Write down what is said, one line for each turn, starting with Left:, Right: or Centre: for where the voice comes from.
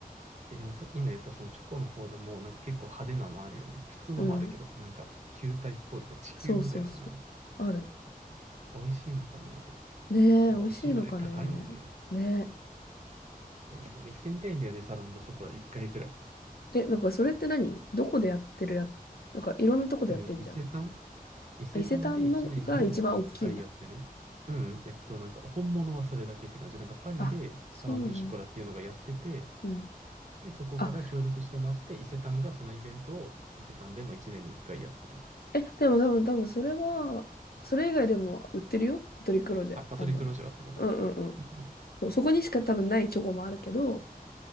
Right: え、でもさ、今言ったそのチョコの方でも、なんか結構派手なのあるよね。普通のもあるけどさ、
Left: うん。
Right: なんか球体っぽいさ、地球みたいなのない
Left: そうそうそう。ある。
Right: 美味しいのかね、あれ。
Left: ねえ、
Right: まあ美味しいよね。
Left: 美味しいのかね。
Right: 高いもんね。
Left: ね
Right: えーでも行ってみたいんだよね、サロンドショコラ、一回ぐら
Left: え。え、なんかそれって何どこでやってるや、なんかいろんなとこでやってんじゃん。
Right: い。ね、伊勢丹伊勢丹で一年に一回やってる。
Left: あ伊勢丹のが一番大きいんだ。
Right: うん、えっと、なんか本物はそれだけって感じ。なんかパリでサロンドショコラっていうのがやってて、
Left: あ、そうなん、うん。
Right: で、そこから協力してもらって、
Left: あ、
Right: 伊勢丹がそのイベントを伊勢丹でも1年に1回やってる。
Left: え、でも多分多分それは、それ以外でも売ってるよ。パトリック・ロジェ、
Right: あ、パトリック・
Left: 多分。
Right: ロジャーってことあ、
Left: うんうん
Right: そういうことね。
Left: うん。そこにしか多分ないチョコもあるけど、